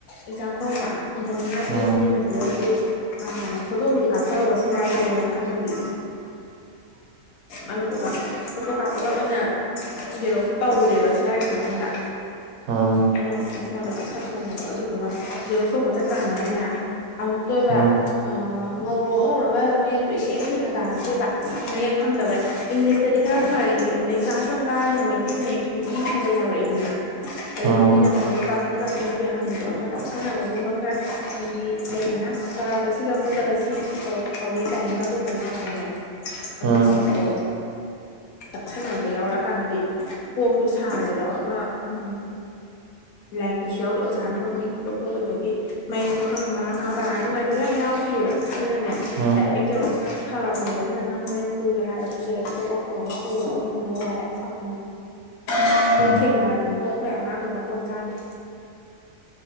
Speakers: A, on the left (about 80°); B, on the right (about 85°).
A: ꯑꯦꯛꯖꯥꯝ ꯇꯧꯕ ꯑꯗꯨꯅ ꯃꯥꯒꯤ
B: ꯎꯝ
A: ꯁꯤꯒꯤ ꯃꯆꯒꯤ ꯐꯣꯇꯣꯕꯨꯗꯤ ꯀꯥꯊꯍꯧꯕꯁꯦ ꯍꯤꯒꯥꯏꯒꯦꯜꯂꯅ ꯈꯪꯕꯒꯤ
B: ꯇꯥꯗꯔꯦ <inaudible>
A: ꯑꯗꯨꯗꯨꯒ ꯐꯣꯇꯣ ꯀꯥꯞꯄꯒ ꯑꯣꯏꯅ ꯏꯔꯣꯁꯨ ꯇꯧꯔꯨꯔꯦꯕ ꯁꯦꯔꯥꯏꯔ ꯃꯇꯨꯡꯗ
B: ꯎꯝ
A: ꯑꯩꯅ ꯐꯣꯟꯗ ꯀꯥꯞꯊꯠꯀꯕꯗꯣ ꯑꯗꯨꯗꯨꯒ ꯔꯦꯡ ꯇꯧꯕ ꯆꯠꯀꯥꯅꯤꯅꯅꯦ ꯑꯃꯨꯛꯛꯇꯣꯏꯕ
B: ꯎꯝ
A: ꯑ ꯉꯧꯔꯣ ꯉꯧꯔ ꯃꯌꯦꯛꯇꯣ ꯏꯁꯦꯡ ꯁꯦꯡꯅ ꯇꯥꯔꯁꯦꯕ ꯃꯌꯦꯛ ꯈꯪꯗꯕ ꯏꯪꯂꯤꯁꯇꯗꯤ ꯈꯔ ꯐꯔ ꯑꯗꯩ ꯀ꯭ꯂꯥꯁ ꯋꯥꯟ ꯀꯔꯝꯅ ꯃꯩꯇꯩ ꯃꯌꯦꯛ ꯍꯤꯟꯗꯤ ꯈꯕ ꯌꯥꯎꯔꯛꯏꯗꯅꯣ ꯑꯗ
B: ꯎꯝ
A: ꯍꯤꯟꯗꯤꯗ ꯃꯣꯏꯗꯣ ꯄꯥ ꯈꯔ ꯉꯥꯛꯇ ꯅꯠꯇꯦ ꯍꯪꯉꯤꯗꯣ ꯑꯃ ꯇꯛꯁꯤꯟꯅꯕꯒꯨꯝꯕ ꯈꯔ ꯍꯥꯏꯗꯤ ꯂꯩꯗꯅ ꯀꯒ ꯁꯤꯒ ꯄꯨꯜꯂꯒ ꯁꯤ ꯀꯣ ꯇꯧꯏꯤ ꯇꯥꯏꯒ ꯑꯗꯨꯒꯕ ꯌꯥꯎꯄꯅꯦ ꯑꯗꯨꯒꯨꯝꯕꯗꯣ
B: ꯎꯝ
A: ꯇꯛꯁꯟꯅꯅꯕ ꯌꯥꯎꯔꯛꯑꯀꯥꯟꯗꯗꯤ ꯀꯣꯛꯇꯣ ꯁꯥꯔꯦꯗꯣ ꯑꯃ ꯎ ꯂꯥꯏꯔꯤꯛꯇꯁꯨ ꯌꯥꯎꯗꯦ ꯑꯣꯖꯥꯅ ꯐꯪꯗꯤ ꯑꯣ ꯄꯣꯠ ꯑꯣꯏꯕꯒꯤ ꯃꯌꯦꯛꯇꯣ ꯈꯪꯉꯝ ꯃꯥ ꯃꯥ ꯄꯥꯔꯒ ꯅꯨꯡꯉꯥꯏꯇꯕ ꯌꯥꯝ ꯌꯥꯎꯈꯤꯕꯑꯕ ꯁꯤꯅꯅꯦ
B: ꯎꯝ
A: ꯑꯦꯛꯛꯇꯦꯔ ꯐꯥꯕꯅꯦꯕ ꯑꯗꯨꯅ ꯅꯪ ꯍꯣꯔꯦꯟ ꯄꯨꯒꯦ ꯍꯥꯏꯔꯒ ꯨꯖꯦꯔꯦꯛꯇꯣ ꯇꯧꯊꯣꯛꯑꯒ ꯄꯨꯑꯕ ꯑꯗꯨꯃꯥꯏꯅ ꯋꯥꯏ ꯌꯥꯝ ꯐꯪꯉꯅꯤ ꯍꯈꯣꯏ
B: ꯍꯣꯏ
A: ꯊꯦꯡꯅꯔꯕꯅꯤꯀꯣ ꯑꯩꯈꯣꯏ ꯑꯉꯥꯡꯗꯣ ꯃꯊꯣꯡ ꯆꯥꯗꯦ